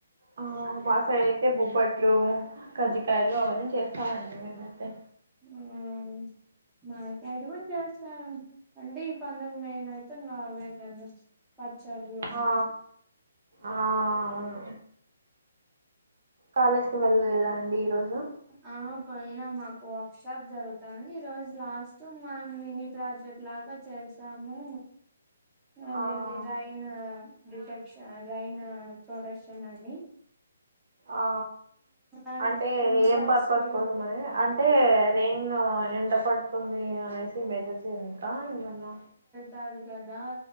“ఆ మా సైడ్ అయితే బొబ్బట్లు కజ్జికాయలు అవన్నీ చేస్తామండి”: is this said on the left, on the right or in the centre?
Right